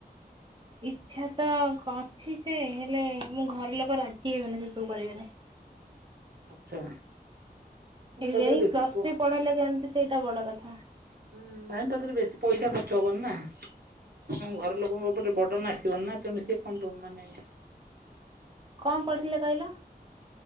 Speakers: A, on the right; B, on the right.
A: ଇଚ୍ଛା ତ ଅଛି ଯେ ହେଲେ ଆମ ଘର ଲୋକ ରାଜି ହେବେନି ସେ ସବୁ କରିବାରେ।
B: ଆଚ୍ଛା।
A: ଏ
B: ତା ଦେହରେ
A: ଏ
B: ବେଶୀ
A: ପ୍ଲସ
B: ପ
A: ଥ୍ରୀ ପଢେଇଲେ କେମିତି ସେଇଟା ବଡ କଥା।
B: ହୁଁ ନାଇଁ ତାପରେ ବେଶୀ ପଇସା ଖର୍ଚ୍ଚ ହବନି ନା। ହଁ ଘର ଲୋକଙ୍କ ଉପରେ ବଡ ନା ଆସିବନି ନା ତେଣୁ ସିଏ କଣ ମାନେ
A: କଣ ପଢିଲେ କହିଲ